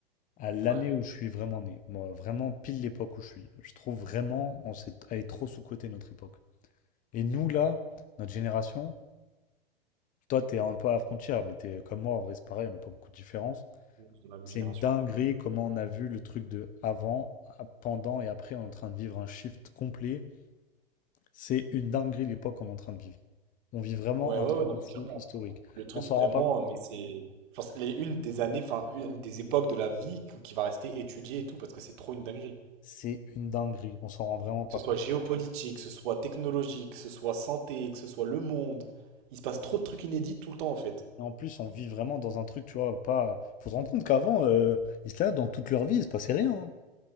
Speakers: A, on the left (about 25°); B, on the right (about 55°).
A: à l'année
B: Ouais.
A: où je suis vraiment né. Moi, vraiment pile l'époque où je suis. Je trouve vraiment, on s'est, elle est trop sous-cotée notre époque. Et nous, là, notre génération, Toi, t'es un peu à la frontière, mais t'es comme moi, en vrai, c'est pareil, on n'a pas beaucoup de différence.
B: On est de La même
A: C'est
B: génération.
A: une dinguerie comment on a vu le truc de avant, à- pendant et après, on est en train de vivre un shift complet. C'est une dinguerie l'époque qu'on est en train de vivre. On vit vraiment
B: Ouais,
A: un
B: ouais,
A: truc
B: ouais, non,
A: de
B: mais
A: fou
B: clairement.
A: historique.
B: Le truc
A: On s'en rend
B: vraiment,
A: pas compte.
B: mais c'est. Genre, c'est les- une des années, enfin, une des époques de la vie que- qui va rester étudiée et tout, parce que c'est trop une dinguerie.
A: C'est une dinguerie. On s'en rend vraiment pas
B: Que ce soit
A: compte.
B: géopolitique, que ce soit technologique, que ce soit santé, que ce soit le monde. Il se passe trop de trucs inédits tout le temps, en fait.
A: Et en plus, on vit vraiment dans un truc, tu vois, pas. Faut se rendre compte qu'avant, euh, ils étaient là dans toute leur vie, il se passait rien. hein.